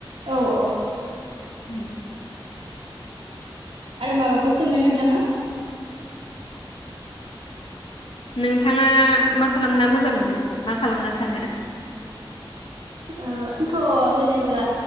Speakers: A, on the right (about 85°); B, on the left (about 80°).
A: औ औ
B: <unintelligible>
A: आरो माबाफोर सोंनो नोंथाङा?
B: नोंथाङा मा खालामना मोजां मोनो मा खालामना थानो?
A: ओ आंथ' जेनेब्ला